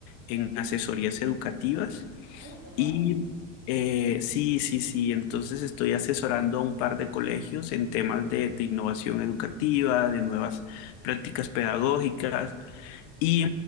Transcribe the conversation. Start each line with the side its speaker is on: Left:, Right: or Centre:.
Left: en asesorías educativas
Right: ¡Hala, qué guay!
Left: y eh, sí, sí, sí, entonces estoy asesorando a un par de colegios en temas de de innovación educativa, de nuevas prácticas pedagógicas. Y